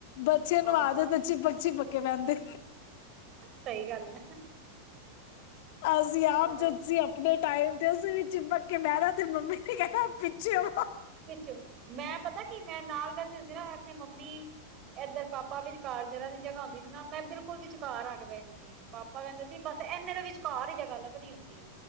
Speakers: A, on the left (about 50°); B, on the right (about 35°).
A: ਬੱਚੇ
B: ਹਾਂ
A: ਨਵਾ ਦਿੰਦੇ ਨੇ ਚਿਪਕ-ਚਿਪਕ ਕੀ ਵਹਿੰਦੇ
B: ਸਹੀ ਗੱਲ ਐ
A: ਅਸੀਂ ਆਪ
B: ਹਾਂ
A: ਜ ਤੁਸੀਂ ਆਪਣੇ ਟਾਈਮ ਤੇ ਉਸ ਵਿੱਚ ਚਿਪਕ ਕੇ ਬਹਿਣਾ ਤੇ ਮੰਮੀ ਨੇ ਕਹਿਣਾ ਪਿੱਛੇ ਹੋ।
B: ਪਿੱਛੋਂ ਮੈਂ ਪਤਾ ਕੀ ਮੈਂ ਨਾਲ ਵਹਿੰਦੀ ਹੁੰਦੀ ਸੀ ਨਾ ਇੱਥੇ ਮੰਮੀ ਇਧਰ ਪਾਪਾ ਵਿਚਕਾਰ ਦਰਾਹ ਦੀ ਜਗ੍ਹਾ ਹੁੰਦੀ ਸੀ ਨਾ ਮੈਂ ਬਿਲਕੁਲ ਵਿਚਕਾਰ ਆ ਕੇ ਬਹਿੰਦੀ ਸੀ ਪਾਪਾ ਕਹਿੰਦੇ ਸੀ ਬਸ ਇਨੇ ਤਾਂ ਵਿਚਕਾਰ ਹੀ ਜਗ੍ਹਾ ਲੱਬਣੀ ਹੁੰਦੀ